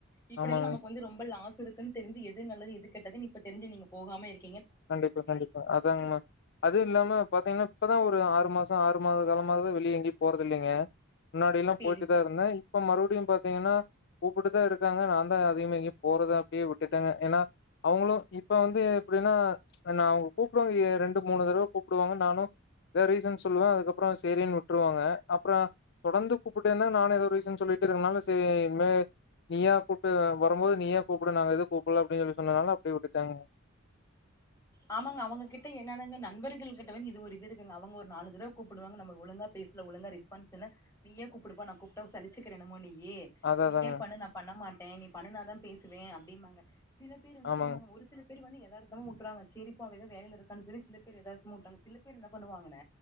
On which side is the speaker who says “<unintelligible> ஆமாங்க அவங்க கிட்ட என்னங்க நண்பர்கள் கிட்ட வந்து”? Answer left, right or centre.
Left